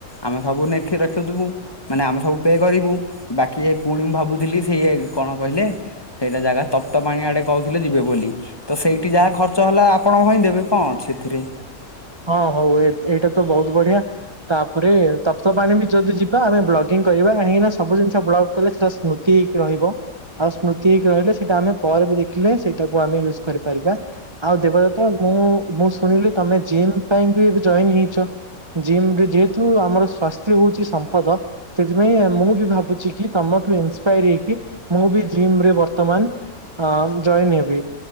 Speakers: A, on the left; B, on the right.
A: ଆମେ ସବୁ ନେଖି ରଖିଥିବୁ ମାନେ ଆମେ ସବୁ ପେ କରିବୁ ବାକି ଏ ପୁଣି ମୁଁ ଭାବୁଥିଲି ସେଇଆ କଣ କହିଲେ? ସେଇଟା ଜାଗା ତପ୍ତ ପାଣି ଆଡ଼େ କହୁଥିଲେ ଯିବେ ବୋଲି। ତ ସେଇଠି ଯାହା ଖର୍ଚ୍ଚ ହେଲା ଆପଣ ଭୋଇ ଦେବେ କଁ ଅଛି ଏଥିରେ।
B: ହଁ ହଉ ଏତ୍ ଏଇଟା ତ ବହୁତ ବଢିଆ ତାପରେ ତପ୍ତ ପାଣି ବି ଯଦି ଯିବା ଆମେ ବ୍ଲଗିଂ କରିବା କାହିଁକି ନା ସବୁ ଜିନିଷ ବ୍ଲଗ୍ କଲେ ସେଟା ସ୍ମୃତି ହେଇକି ରହିବ। ଆଉ ସ୍ମୃତି ହେଇକି ରହିଲେ ସେଟା ଆମେ ପରେ ବି ଦେଖିଲେ ସେଇ ତାକୁ ଆମେ ୟୁଜ କରିପାରିବା। ଆଉ ଦେବଦତ ମୁଁ ମୁଁ ଶୁଣିଲି ତମେ ଜିମ୍ ପାଇଁ ବି ଏବେ ଜଏନ୍ ହେଇଚ। ଜିମ୍ ରେ ଯେହେତୁ ଆମର ସ୍ଵାସ୍ଥ୍ୟ ହଉଚି ସମ୍ପଦ ସେଥିପାଇଁ ମୁଁ ବି ଭାବୁଚି କି ତମଠୁ ଇନ୍ସ୍ପାଏର ହେଇକି ମୁଁ ବି ଜିମ୍ ରେ ବର୍ତମାନ ଆ ଜଏନ୍ ହେବି